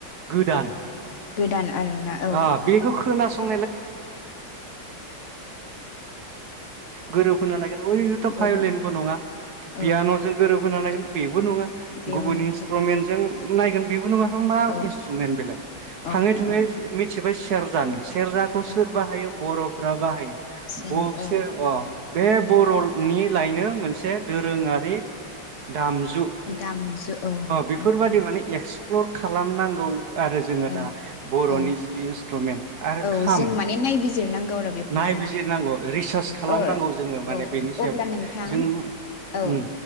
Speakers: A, on the right; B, on the left.
A: गोदान।
B: गोदान। आरोना औ
A: आ बेखौ खोनास <unintelligible> जों गोरोब होनो नागिरनाय ओरैनोथ भायलिनबो
B: गोरोबनाय
A: नङा पियान'जों
B: औ
A: गोरोब। खोनानाय बे बो नङा
B: बेबो
A: गुबुन
B: नंगौ
A: इन्स्ट्रुमेन्टजों नायगोन बेबो नङा एमबा
B: औ
A: इन्स्ट्रुमेन्ट बेलाय थाङै
B: औ दा
A: थुङै
B: औ
A: मिथिबाय सेरजा सेरजाखौ सोर
B: औ
A: बाहायो बर 'फो फोर बाहाय
B: जोंनि
A: बबसे
B: औ
A: अ बे बर'नि लायनो मोनसे दोरोङारि दामजु
B: दामजु औ
A: बेफोर
B: नंगौ
A: बायदि
B: नोंथां
A: माने एक्सप्लर खालामनांगौ आरो जोङो
B: औ
A: दा बर'नि
B: औ
A: इन्सट्रुमेन्ट आरो
B: औ
A: खाम
B: जों माने नायबि जिरनांगौ आरो बेफोरखौ
A: नायबिजिरनांगौ
B: न
A: रिसार्च खालामनांगौ
B: औ
A: जोङो माने
B: औ
A: बेनि
B: औ
A: सायाव
B: अब्ला नोंथां
A: जों उम
B: औ